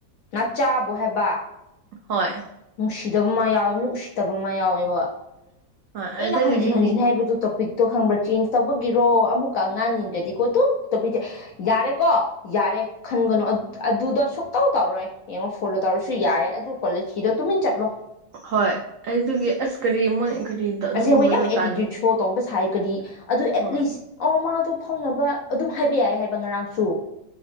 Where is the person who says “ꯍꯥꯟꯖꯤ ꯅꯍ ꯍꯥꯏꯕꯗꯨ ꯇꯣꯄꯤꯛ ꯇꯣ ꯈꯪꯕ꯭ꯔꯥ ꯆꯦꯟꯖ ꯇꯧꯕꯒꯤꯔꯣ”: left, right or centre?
Left